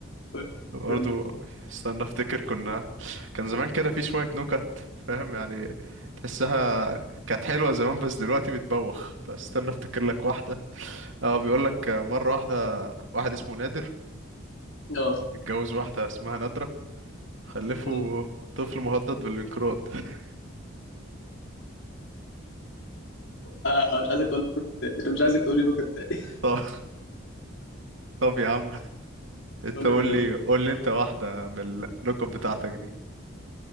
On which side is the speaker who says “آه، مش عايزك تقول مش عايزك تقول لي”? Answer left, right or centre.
Left